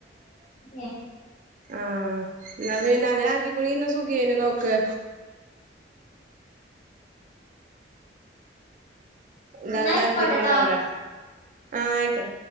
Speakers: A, on the left (about 40°); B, on the right (about 45°).
A: <unintelligible>
B: ആഹ എന്നാ പിന്നെ അങ്ങനെ ആക്കിക്കൂണ ഇന്ന് സുഖേനു നോക്ക്
A: <inaudible>
B: ഇതങ്ങനെ
A: എന്നായിക്കോട്ടെട്ടോ
B: ആക്കിട്ടും ഇണ്ടാവൂല ആഹ ആയിക്കട